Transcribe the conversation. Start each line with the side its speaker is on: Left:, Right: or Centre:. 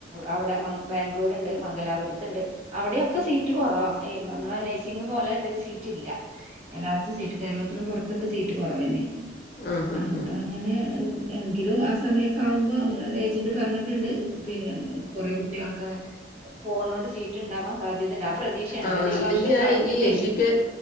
Right: അവിടെ ബാംഗ്ലൂരുണ്ട് മംഗലാപുരത്തുണ്ട് അവിടൊക്കെ സീറ്റ് കുറവാ നമ്മള പോലെ ഇതിന് സീറ്റ് ഇല്ല എല്ലായിടത്തും സീറ്റ് കേരളത്തിനും പുറ സീറ്റ് കുറവന്നെ
Left: ആഹ് ആഹ്
Right: അപ്പൊ
Left: ആഹ്
Right: അങ്ങനെ എങ്കിലും സമയൊക്കെ ആകുമ്പോ നമ്മള ഏജന്റ് പറഞ്ഞിട്ടുണ്ട് പിന്നെ കുറെേ കുട്ട്യാക്കെ പോണോണ്ട് സീറ്റ്ണ്ടാവാ സാധ്യതണ്ട് ആ പ്രതീക്ഷയണ്
Left: ആ
Right: അല്ലാതെ ഈ
Left: അല്ലെങ്കിൽ
Right: വർഷം കളഞ്ഞിട്ടേ
Left: ആ ഈ എഡ്യൂക്കേ